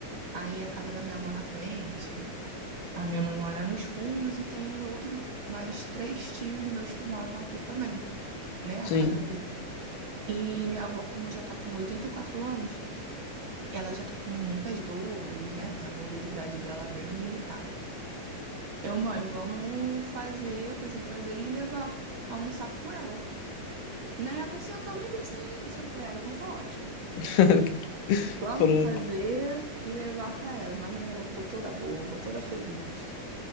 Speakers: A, on the right (about 50°); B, on the left (about 85°).
A: Aí a casa da minha avó na frente, a minha mãe mora nos fundos e tem outro, mais três tios meus que moram aqui também, né? A
B: Sim,
A: casa dele. E minha avó, como já tá com 84 anos, ela já tá com muitas dores, né? Tem a mobilidade dela bem limitada. Eu, mãe, vamos fazer, eu pensei em fazer e levar, almoçar com ela. Né? Ela falou assim, eu também pensei nisso. Eu falei, ah, então tá ótimo.
B: <laughs>
A: Vamos
B: pronto.
A: fazer e levar pra ela. Mas a minha avó ficou toda boba, toda feliz.